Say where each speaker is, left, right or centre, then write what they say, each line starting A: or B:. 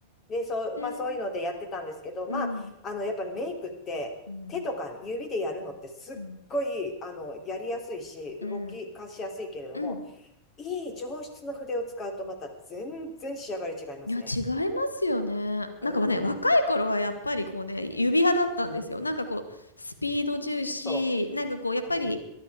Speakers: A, on the left (about 30°); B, on the left (about 80°).
A: で、そう、まあそういうのでやってたんですけど、
B: え。うん。
A: まあ、あの、やっぱりメイクって手とか指でやるのってすっごい、
B: うん。うん。
A: あの、やりやすいし、動きかしやすいけれども、
B: うん。うん
A: いい上質の筆を使うとまた全然仕上がり違いますね。
B: いや、違いますよね。
A: うん、
B: なんかね、若い頃はやっぱりこうね、
A: うん、
B: 指派だったんですよ。なんかこう、スピード重視、
A: そ
B: なんかこう、やっぱり、
A: う、うん、